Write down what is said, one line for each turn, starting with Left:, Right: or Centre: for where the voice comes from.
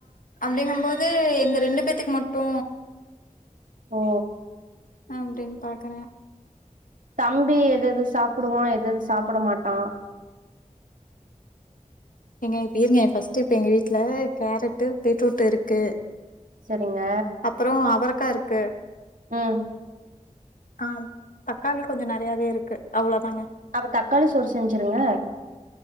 Left: அப்டிங்கபோது எங்க ரெண்டு பேத்துக்கு மட்டு
Right: ஓ
Left: அப்டின்னு பாக்கறே
Right: தம்பி எது எது சாப்புடுவா எது எது சாப்புட மாட்டா
Left: ஏங்க இப்ப இருங்க ஃபஸ்ட் இப்ப எங்க வீட்ல கேரட்டு பீட்ரூட்டு இருக்கு
Right: சரிங்க
Left: அப்றோ அவரக்கா இருக்கு
Right: ம்
Left: ஆ தக்காளி கொஞ்சோ நெறையாவே இருக்கு அவ்வளோதாங்க
Right: அப்ப தக்காளி சோறு செஞ்சிருங்க